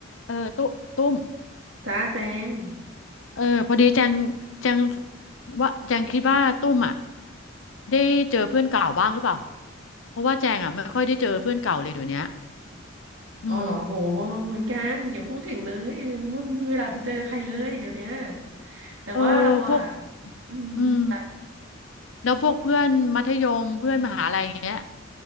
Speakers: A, on the left (about 75°); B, on the right (about 70°).
A: เออตุ้ตุ้ม
B: จ้าแจง
A: เออพอดีแจงแจงว่าแจงคิดว่าตุ้มอ่ะได้เจอเพื่อนเก่าบ้างหรือเปล่าเพราะว่าแจงอ่ะไม่ค่อยได้เจอเพื่อนเก่าเลยเดี๋ยวเนี้ยอืม
B: อ๋อเหรอโหเหมือนกันอย่าพูดถึงเลยเดี๋ยวไม่มมีเวลาไปเจอใครเลยเดี๋ยวเนี้ยแต่ว่าเราอ่ะ
A: เออพวก
B: อืมจ้ะ
A: อืมแล้วพวกเพื่อนมัธยมเพื่อนมหาลัยอย่างเงี้ย